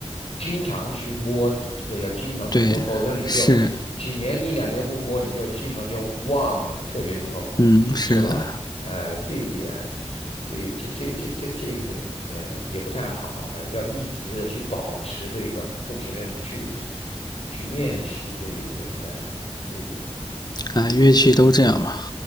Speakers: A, on the left; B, on the left.
A: 经常去摸，这个要经常去摸，
B: 对，
A: 否则你就几年一两年不摸，
B: 是，
A: 你就基本上就忘了，特别以后，
B: 嗯，
A: 是吧？
B: 是的，
A: 呃，这一点，这这这这这这一点，呃，也不太好，哎、要一直的去保持这个，不停的去去练习这一点，哎、这一点，
B: 啊，乐器都这样嘛。